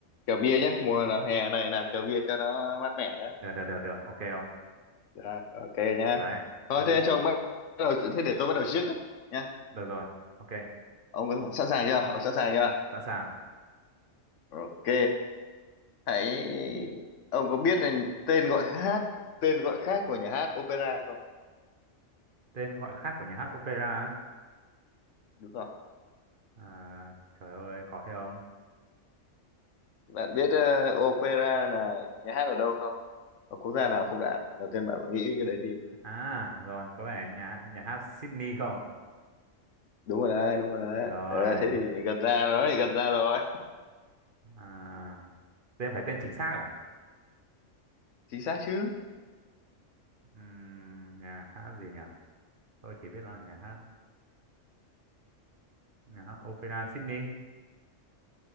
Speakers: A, on the left; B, on the right.
A: kèo bia nhé mùa là hè này làm kèo bia cho nó mát mẻ nhé
B: Được, được, được, được. Ok không?
A: Rồi, ok nhá
B: Đấy.
A: thôi
B: Nhưng-
A: thế cho ông bắt đầu thế để tôi bắt đầu trước đấy, nhá
B: Được rồi. Ok.
A: ông sẵn sàng chưa ông sẵn sàng chưa
B: Sẵn sàng.
A: ok hãy ông có biết là tên gọi hát tên gọi khác của nhà hát opera không
B: Tên gọi khác của nhà hát opera á?
A: đúng không
B: À, trời ơi, khó thế ông.
A: bạn biết ờ, opera là nhà hát ở đâu không ở quốc gia nào không đã đầu tiên bạn nghĩ cái đấy thì
B: À, rồi. Có vẻ nhà nhà hát Sydney không?
A: đúng rồi đấy đúng rồi đấy
B: Rồi.
A: Ờ, thế thì gần ra rồi gần ra rồi
B: À, tên phải tên chính xác à?
A: chính xác chứ
B: Ừm, nhà hát gì nhỉ? Tôi chỉ biết là nhà hát nhà hát opera Sydney.